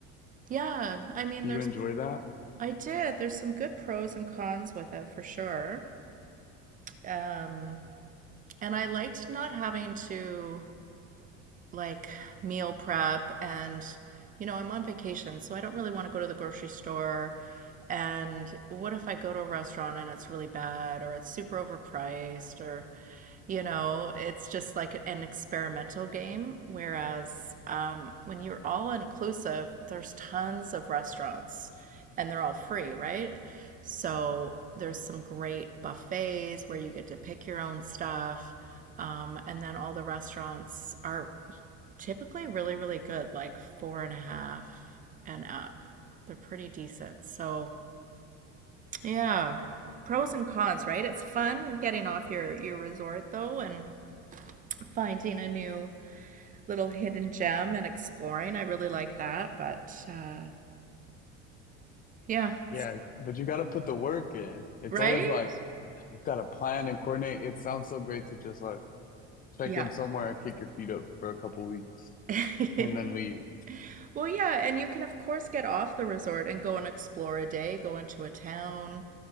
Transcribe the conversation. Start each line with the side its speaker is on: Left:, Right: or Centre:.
Right: Yeah. I mean,
Left: Do you
Right: there's,
Left: enjoy that?
Right: I did. There's some good pros and cons with it for sure. Um, and I liked not having to like meal prep and you know, I'm on vacation, so I don't really want to go to the grocery store. And what if I go to a restaurant and it's really bad or it's super overpriced or you know, it's just like an experimental game. Whereas um, when you're all inclusive, there's tons of restaurants and they're all free, right? So there's some great buffets where you get to pick your own stuff. Um, and then all the restaurants are typically really, really good, like four and a half and up. They're pretty decent. So, yeah, pros and cons, right? It's fun getting off your, your resort though and finding a new little hidden gem and exploring. I really like that. But uh, yeah,
Left: Yeah,
Right: it's,
Left: but you got to put the work in. It's
Right: right?
Left: always like you got to plan and coordinate. It sounds so great to just like check
Right: Yeah.
Left: in somewhere and kick your feet up for a couple weeks
Right: <laughs>
Left: and then leave.
Right: Well, yeah, and you can, of course, get off the resort and go and explore a day, go into a town,